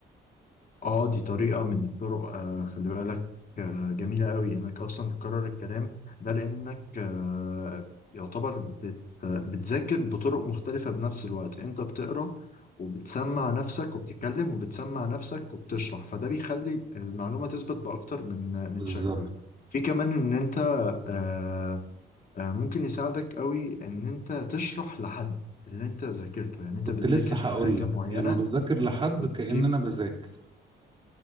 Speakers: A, on the left; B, on the right.
A: اه دي طريقة من الطرق آه خلي بالك آه جميلة قوي انك اصلا تكرر الكلام ده لانك آه يعتبر بت بتذاكر بطرق مختلفة بنفس الوقت انت بتقرأ وبتسمع نفسك وبتتكلم وبتسمع نفسك وبتشرح فده بيخلي المعلومة تثبت بأكتر من
B: بالظبط
A: من شكل في كمان ان انت آه آه ممكن يساعدك قوي ان انت تشرح لحد اللي انت ذاكرته يعني انت
B: كنت
A: بتذاكر
B: لسه هقول
A: حاجة
B: لك
A: معينة
B: لما بذاكر لحد
A: وتجيب
B: كأن انا بذاكر